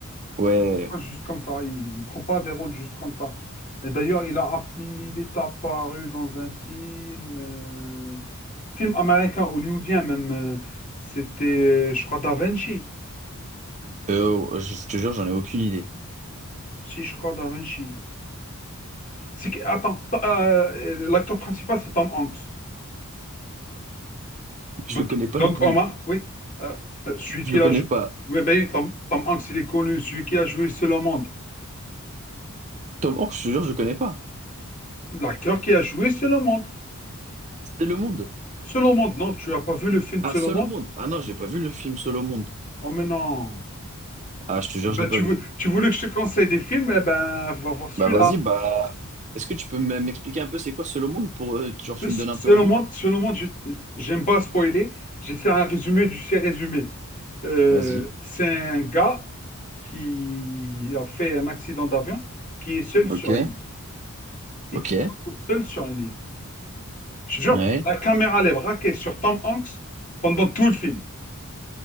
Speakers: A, on the right (about 30°); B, on the left (about 35°).
A: Ouais.
B: pas juste comme ça. Il, il prend pas des rôles juste comme ça. Et d'ailleurs, il a, app- il est apparu dans un film, euh, film américain, hollywoodien même. euh, c'était, euh, je crois, Da Vinci.
A: Euh, oh, je te jure, j'en ai aucune idée.
B: Si, je crois, Da Vinci. C'est que- attends, euh, l'acteur principal, c'est Tom Hanks.
A: Je
B: Donc,
A: le connais pas
B: donc
A: non plus.
B: Omar, oui, euh, euh, celui
A: Je
B: qui
A: le
B: a
A: connais
B: joué.
A: pas.
B: Oui, ben, oui, Tom, Tom Hanks, il est connu, celui qui a joué Seul au monde.
A: Tom Hanks, je te jure, je le connais pas.
B: L'acteur qui a joué Seul au monde.
A: C'était Le Monde.
B: Seul au monde, non, tu n'as pas vu le film
A: Ah,
B: Seul
A: Seul
B: au monde?
A: au Monde. Ah non, j'ai pas vu le film Seul au Monde.
B: Oh, mais non.
A: Ah, je te jure,
B: Ah Bah,
A: je l'ai
B: tu
A: pas
B: veux,
A: vu.
B: tu voulais que je te conseille des films, eh ben, va voir celui-là.
A: Bah vas-y, bah est-ce que tu peux m- m'expliquer un peu c'est quoi Solo Monde pour euh, genre tu
B: Se- se-
A: me donnes un
B: Selon
A: peu envie?
B: moi, selon moi, je- j'aime pas spoiler. J'ai fait un résumé du fait résumé. Euh,
A: Vas-y.
B: c'est un gars qui a fait un accident d'avion, qui est seul sur
A: Ok.
B: une île
A: Ok.
B: et qui se retrouve seul sur une île. Je te jure,
A: Ouais.
B: la caméra elle est braquée sur Tom Hanks pendant tout le film.